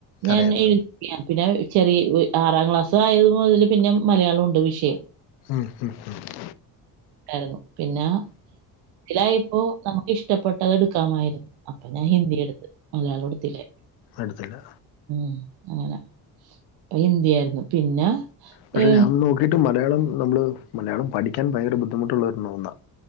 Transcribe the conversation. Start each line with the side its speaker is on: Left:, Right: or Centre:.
Right: ഞാൻ
Left: അറിയായിരുന്നു
Right: എഴു പിന്നെ ചെറിയ ആറാം ക്ലാസ് ആയത് മുതൽ പിന്നെ മലയാളംണ്ട് വിഷയം
Left: ഹഹ ഹ ഹ
Right: ായിരുന്നു പിന്നെ ത്തിലായിപ്പോ നമുക്ക് ഇഷ്ടപ്പെട്ടത് എടുക്കാമായിരുന്നു അപ്പൊ ഞാൻ ഹിന്ദി എടുത്ത് മലയാളം എടുത്തില്ലേ
Left: എടുത്തില്ല
Right: ഉം അങ്ങനെ അപ്പൊ ഇന്ത്യയായിരുന്നു പിന്നെ
Left: പക്ഷെ
Right: ഏ
Left: ഞാൻ നോക്കിയിട്ട് മലയാളം നമ്മള് മലയാളം പഠിക്കാൻ ഭയങ്കര ബുദ്ധിമുട്ടുള്ളള്ളവരുണ്ന്നാ